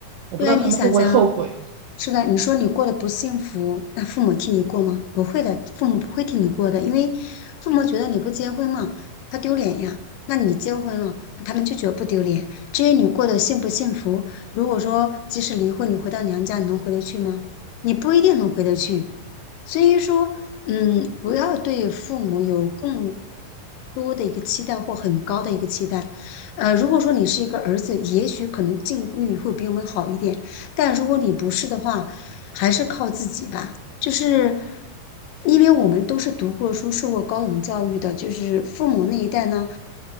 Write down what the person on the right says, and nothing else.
我不知道他们会不会后悔。